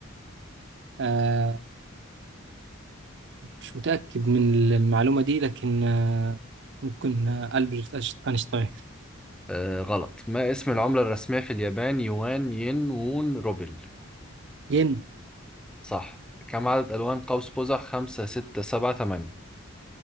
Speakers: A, on the right; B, in the centre.
A: آه، مش متأكد من المعلومة دي لكن آه، ممكن آه، ألبرت أش- أينشتاين
B: آه غلط ما اسم العملة الرسمية في اليابان يوان ين وون روبل
A: ين
B: صح كم عدد ألوان قوس قزح خمسة ستة سبعة تمانية